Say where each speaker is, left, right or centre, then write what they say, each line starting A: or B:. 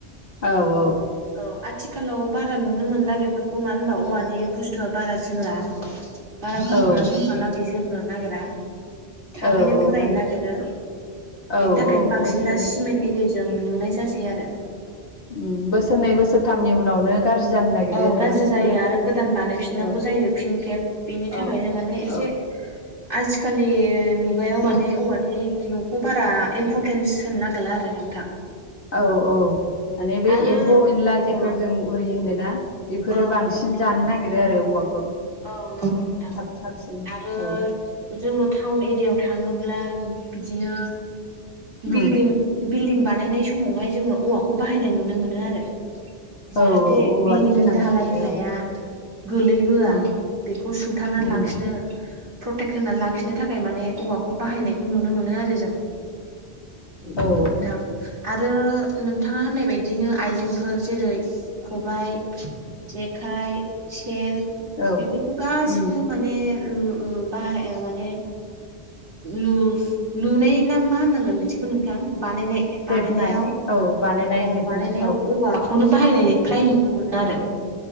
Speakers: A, on the left; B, on the right.
A: औ औ
B: औ आथिखालाव बारा नुनो मोनला बेफोरखौ मानो होनबा औवानि बुस्थुआ बारा जोरा बारा गोबाव
A: औ
B: हा समहालागै जोरनो नागिरा थाबैनो
A: औ औ
B: बोरायनो
A: माने
B: नागिरो
A: औ
B: बेनि थाखायनो
A: औ
B: बांसिन
A: बोसोर
B: दा सिमेन्ट एरिजों लुनाय जासै आरो
A: ओम बोसोरनै बोसोरथामनि उनावनो गाज्रि जानो नागिरो
B: औ
A: आरोना
B: गाज्रि
A: बेफोरो
B: जायो आरो गोदान बानायफिननांगौ
A: औ
B: जायो फिन खेब बेनि थाखायनो
A: औ
B: माने एसे
A: औ
B: <inaudible> आजिखालि मुगायाव माने औवानि न'खौ बारा इम्परटेन्स होनो नागिरला आरो नोंथां <inaudible>
A: औ औ माने बे
B: आरो
A: एम्फौ-एनला जेखौ
B: औ
A: जों उरि होनोना बेफोरो
B: औ
A: बांसिन
B: नंगौ नोंथां।
A: जानो नागिरो आरो औवाखौ
B: औ नंगौ नोथां
A: थाब थाबसिन
B: आरो
A: औ
B: जोङो थाउन एरियाव थाङोब्ला बिदिनो
A: उम
B: बिल्डिं बिल्डिं बानायनाय समावहाय जोङो औवाखौ बाहायनाय नुनो मोनो आरो। जाहाथे
A: औ औ औवानि
B: बिल्डिंनि
A: गोनांथार
B: धाहालाय होनाया
A: औ
B: गोलैबोआ
A: उम
B: बेखौ सुंथानानै
A: उम
B: लाखिनो प्रटेक्ट होनानै लाखिनो थाखाय माने औवाखौ बाहायनायखौ नुनो मोनो आरो जों
A: औ
B: नोंथां आरो नोंथाङा होननाय बायदिनो आइजेंफोर जेरै खबाइ, जेखाइ, सेन
A: औ
B: बेफोरखौ गासिखौबो
A: उम
B: माने लु ओ बाहाय आ माने लु लुनाय ना मा होननांगोन बिदिखो नोंथां? बानायनाय बानायनायाव
A: हेबनाय औ बानायनाय
B: औ
A: हेबनाय
B: बानायनायाव
A: औ
B: औवा खौनो बाहायनाय फ्राय नुनो मोनो आरो।